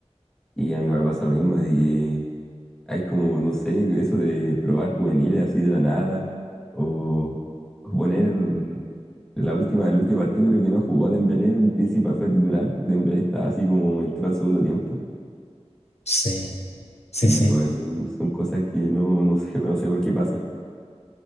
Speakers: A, in the centre; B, on the left.
A: Y a mí igual me pasa lo mismo, de Hay como, no sé, eso de probar juveniles así de la nada, o o poner la última, el último partido, creo que no jugó Dembélé, en principal fue titular, Dembélé estaba así como entró al segundo tiempo,
B: Sí, sí,
A: y
B: sí.
A: igual son cosas que no, no sé, <laughs> no sé por qué pasan.